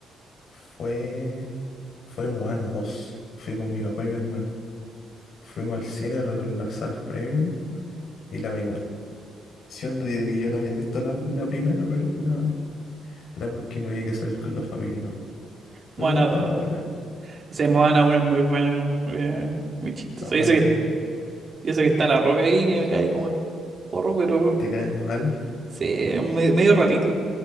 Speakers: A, on the left; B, on the right.
A: fue, fue Moana dos Fui con mi papá y mi hermana. Fuimos al cine, a las salas premium, y la vimos. Siendo de que yo no había visto la, la primera, pero ya era porque había que salir con la familia, ¿no?
B: Moana
A: Pero igual estaba
B: dos
A: buena.
B: O sea, Moana uno es muy bueno eh, muy chistoso.
A: No,
B: Dice
A: no la-
B: que Y eso que está la roca ahí que me cae como el porro, pero
A: te cae mal.
B: sí, es me- medio ratito.